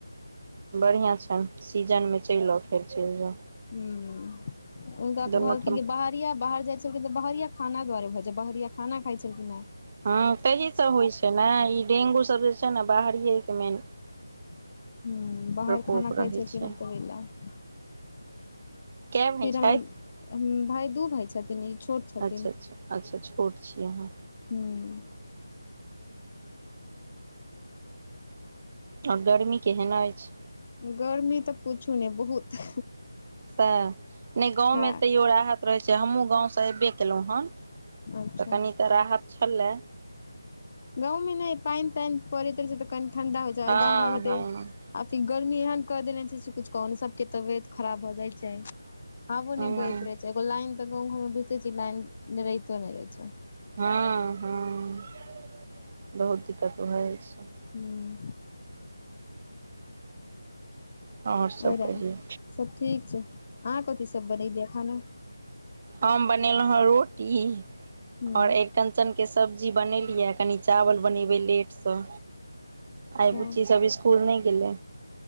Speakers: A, on the right (about 35°); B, on the left (about 35°).
A: बढ़ियाँ छनि सीजन मे चलि आउ फेर चलि जाउ
B: हुँ उनका
A: दुनू
B: कहलखिन
A: ठाम
B: की बाहर बरिया बाहर जाइ छलखिन तऽ बहरिया खाना दुआरे होइ छै बहरिया खाना खाइ छलखिन हे
A: ह तही सब होइ छै ने ई डेंगू सब जे छै ने बाहरियएके मेन
B: हुॅं बाहर
A: प्रकोप
B: खाना
A: रहै
B: खाइ छलखीन‌
A: छै
B: ओहि लए
A: कए भाय
B: फिर
A: छथि
B: हमर भाय दू भााय छथिन ई छोट छथिन
A: अच्छा अच्छा अच्छा छोट छी अहाँ
B: हूँ
A: आब गर्मी केहन अछि
B: गर्मी तऽ पूछू नै बहुत
A: तऽ नै गाँवमे
B: हँ
A: तैओ राहत रहैत छै हमहूँ गाँवसँ एबे केलहुँ हॅं तऽ
B: अच्छा
A: कनि तऽ राहत छलै
B: गाँवमे नहि पैन तैन पड़ैत रहै छै तऽ कनि ठण्डा होइ छै आओर
A: हँ
B: गाँव घरमे
A: हँ
B: तऽ आ फिर गर्मी एहन कऽ देने छै से कुछ कहू ने सभके तबियत खराब भऽ जाइ छै हबो
A: हँ
B: नै बैत रहे छै एगो लाइन तऽ गाँं घर मे बुइझते छी लाइन रहितो नै रहे छै
A: हँ हँ बहुत दिक्कत भ जै छै
B: हुॅं <unintelligible>
A: आओर सब कहियौ
B: सब ठीक छै अहाँ कथी सब बनेलियै खाना
A: हम बनेलहुँ ह रोटी
B: ह
A: अओर एक कञ्चनके सब्जी बनेलियै कनि चावल बनेबै लेटसँ
B: अच्छा
A: आइ बुच्ची सब स्कूल नै गेले